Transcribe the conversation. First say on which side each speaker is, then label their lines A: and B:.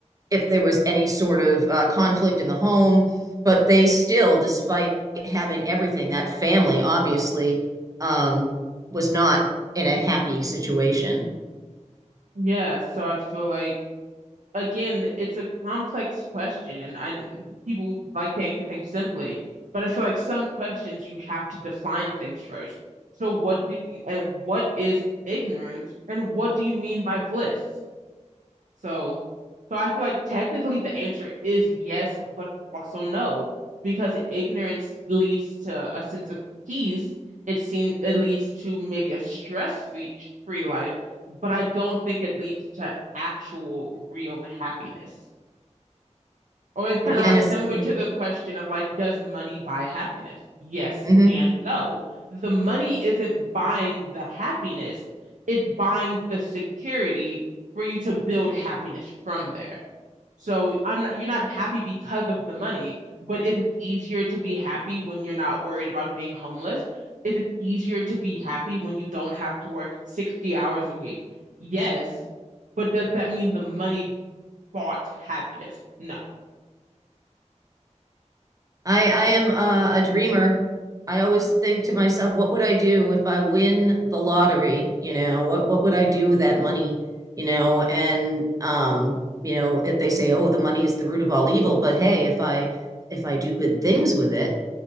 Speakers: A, on the right (about 30°); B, on the right (about 85°).
A: if there was any sort of uh, conflict in the home. But they still, despite having everything, that family obviously um, was not in a happy situation.
B: Yeah. So I feel like, again, it's a complex question and I people like to answer things simply, but I feel like some questions you have to define things first. So what do, and what is ignorance and what do you mean by bliss? So, so I feel like technically the answer is yes, but also no, because ignorance leads to a sense of peace. It seems it leads to maybe a stress-free free life, but I don't think it leads to actual real happiness. Or it's kind
A: Again,
B: of like
A: it's
B: similar
A: yeah,
B: to the question of like, does money buy happiness? Yes
A: mhm.
B: and no. The money isn't buying the happiness, it's buying the security for you to build happiness from there. So I'm not, you're not happy because of the money, but is it easier to be happy when you're not worried about being homeless? Is it easier to be happy when you don't have to work 60 hours a week? Yes, but does that mean the money bought happiness? No.
A: I I am uh, a dreamer. I always think to myself, what would I do if I win the lottery? You know, what what would I do with that money? You know, and um, you know, if they say, oh, the money is the root of all evil, but hey, if I if I do good things with it,